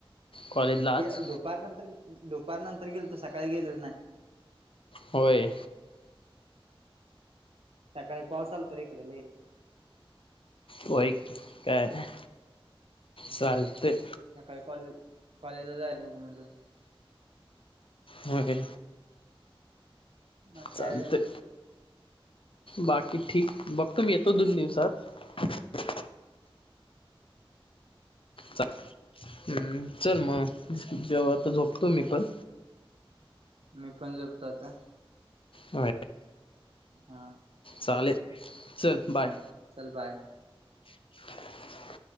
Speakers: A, on the left; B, on the right.
A: कॉलेजला
B: क
A: आज?
B: दुपार नंतर दुपार नंतर गेल तर सकाळी गेलोच नाही.
A: होय
B: सकाळी पाऊस आल तर इकड लई.
A: हो का चालत..
B: सकाळी कॉलेज कॉलेजला जायला नको म्हटलं
A: हो काय.
B: मग
A: चालते.
B: काय
A: बाकी ठीक बघतो मी येतो दोन दिवसात. चा- हम्म चल मग जेव्हा आता झोपतो मी पण.
B: मी पण झोपतो आता.
A: हो.
B: हा
A: चालेल. चल बाय
B: हा चल बाय
A: <inaudible>